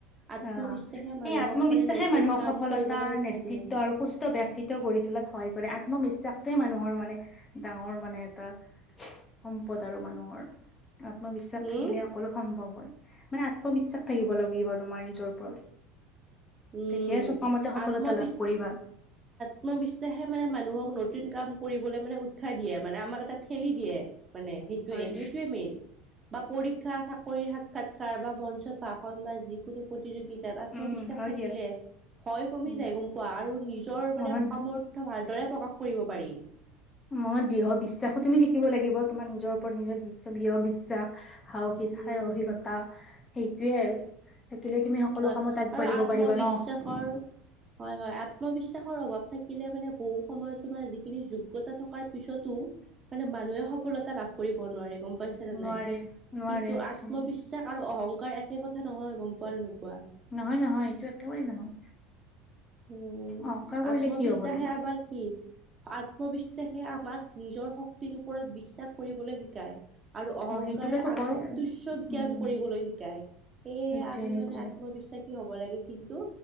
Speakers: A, on the right (about 25°); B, on the left (about 20°).
A: আত্মবিশ্বাসে
B: অ'
A: মানুহক
B: সেই আত্মবিশ্বাসে
A: মানে নতুন
B: মানুহৰ
A: কাম
B: সফলতা
A: কৰিবলৈ উৎসাহ
B: নেতৃত্ব
A: দিয়ে।
B: আৰু সুস্থ ব্যক্তিত্ব গঢ়ি তোলাত সহায় কৰে আত্মবিশ্বাসটোৱে মানুহৰ মানে ডাঙৰ মানে এটা সম্পদ আৰু মানুহৰ আত্মবিশ্বাস থাকিলে
A: উম,
B: সকলো সম্ভৱ হয় মানে আত্মবিশ্বাস থাকিব লাগিব। তোমাৰ নিজৰ ওপৰত
A: উম,
B: তেতিয়াই চপ কামতে সফলতা
A: আত্মবিশ
B: লাভ কৰিবা।
A: আত্মবিশ্বাসে মানে মানুহক নতুন কাম কৰিবলৈ মানে উৎসাহ দিয়ে মানে আমাক এটা ঠেলি দিয়ে। মানে সেইটোয়ে
B: হয়,
A: সেইটোয়ে মেইন। বা পৰীক্ষা চাকৰি সাক্ষাৎকাৰ বা মঞ্চত ভাষণ বা যিকোনো প্ৰতিযোগিতা আত্মবিশ্বাস
B: উম, হয়
A: থাকিলে
B: দিয়া।
A: ভয় কমি
B: উম,
A: যায় গম পোৱা আৰু নিজৰ
B: মনত
A: মানে সামৰ্থ ভালদৰে প্ৰকাশ কৰিব পাৰি।
B: মনত দৃঢ় বিশ্বাসো তুমি থাকিব লাগিব তোমাৰ নিজৰ ওপৰত নিজৰ দৃঢ় বিশ্বাস। খাও কি খাই
A: উম,
B: অহিকতা সেইটোয়ে আৰু। থাকিলে তুমি সকলো
A: হয়
B: কামত আগবাঢ়িব
A: আৰু আত্মবিশ্বাসৰ
B: পাৰিবা ন'।
A: হয়, হয়। আত্মবিশ্বাসৰ অভাৱ থাকিলে মানে বহু সময়ত তোমাৰ যিখিনি যোগ্যতা থকাৰ পিছতো মানে মানুহে সফলতা লাভ কৰিব নোৱাৰে গম পাইছেনে
B: নোৱাৰে
A: নাই,
B: নোৱাৰে
A: কিন্তু
B: কিছুমানে
A: আত্মবিশ্বাস <unintelligible> আৰু অহংকাৰ একে কথা নহয় গম পোৱানে নোপোৱা।
B: নহয়, নহয়, এইটো একেবাৰেই নহয়।
A: উম,
B: অহংকাৰ কৰিলে
A: আত্মবিশ্বাসে
B: কি হব তোমাৰ
A: আমাৰ কি আত্মবিশ্বাসে আমাক নিজৰ শক্তিৰ ওপৰত বিশ্বাস কৰিবলৈ শিকায়। আৰু অহংকাৰে
B: অ সেইটোকেতো
A: আনক
B: কয়
A: তুষ্য জ্ঞান
B: উম
A: কৰিবলৈ শিকায়। সেয়ে
B: সেইটোয়ে
A: আমি
B: সেইটোয়ে
A: মানে আত্মবিশ্বাসী হ'ব লাগে কিন্তু